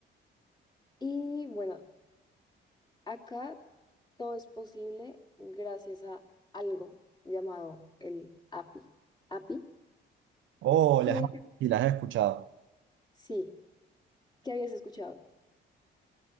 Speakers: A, on the left; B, on the right.
A: Y bueno, acá todo es posible gracias a algo llamado el API. API,
B: Oh,
A: que
B: las, y las he escuchado.
A: sí, que habías escuchado.